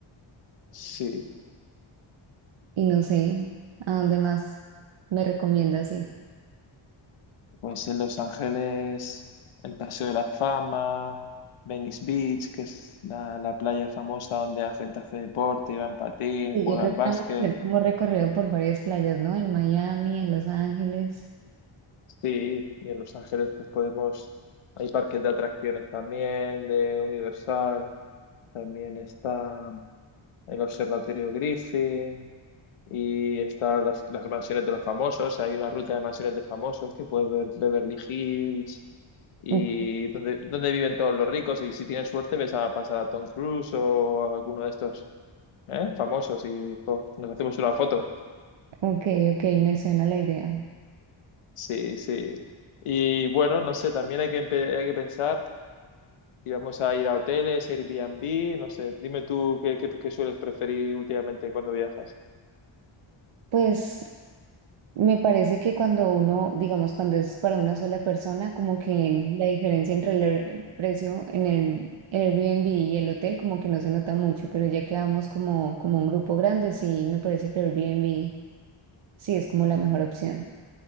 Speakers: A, on the left (about 90°); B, on the right (about 65°).
A: Sí,
B: y no sé a dónde más me recomiendas ir.
A: pues en Los Ángeles, el Paseo de la Fama, Venice Beach, que es la, la playa famosa donde la gente hace deporte, va en patín,
B: Sí,
A: juega
B: yo creo
A: al
B: que
A: básquet.
B: vamos a hacer como recorrido por varias playas, ¿no? En Miami, en Los Ángeles.
A: Sí, y en Los Ángeles pues podemos, hay parques de atracciones también, de Universal, también está... el Observatorio Griffin y están las, las mansiones de los famosos. Hay una ruta de mansiones de famosos que puedes ver Beverly Hills y
B: Ok,
A: donde, donde viven todos los ricos. Y si tienes suerte, ves a pasar a Tom Cruise o a alguno de estos ¿eh? famosos y jo, nos hacemos una foto.
B: ok, ok, me suena la idea.
A: Sí, sí. Y bueno, no sé, también hay que, empe- hay que pensar si vamos a ir a hoteles, Airbnb, no sé, dime tú qué, qué qué sueles preferir últimamente cuando viajas.
B: Pues me parece que cuando uno, digamos, cuando es para una sola persona, como que la diferencia entre el, air- el precio en el Airbnb y el hotel como que no se nota mucho, pero ya que vamos como, como un grupo grande, sí, me parece que Airbnb sí es como la mejor opción.